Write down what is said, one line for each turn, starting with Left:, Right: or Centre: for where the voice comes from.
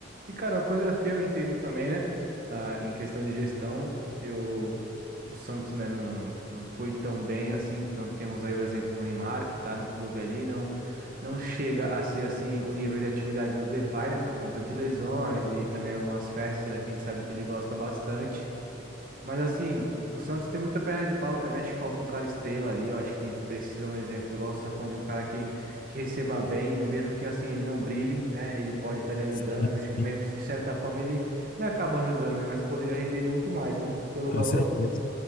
Right: E, cara, uma coisa feia eu entendo também, né? Ah, em questão de gestão, eu, o Santos, né, não, não foi tão bem assim. Então, temos aí o exemplo do Neymar, que tá no clube ali, não, não chega a ser assim o nível de atividade do Depay, né, por conta de lesões e também algumas festas, né, que a gente sabe que ele gosta bastante. Mas assim, o Santos tem muita perna de pau também. Acho que falta um cara estrela ali. Eu acho que precisa um exemplo. Igual você tá falando de um cara que, que receba bem, mesmo que assim ele não brilhe, né? Ele pode estar lhe ajudando.
Left: Sim,
Right: Eu
Left: sim,
Right: acho que o Memphis, de certa forma, ele, ele acaba ajudando, né? Mas poderia render muito mais, né? Pelo valor.
Left: com certeza.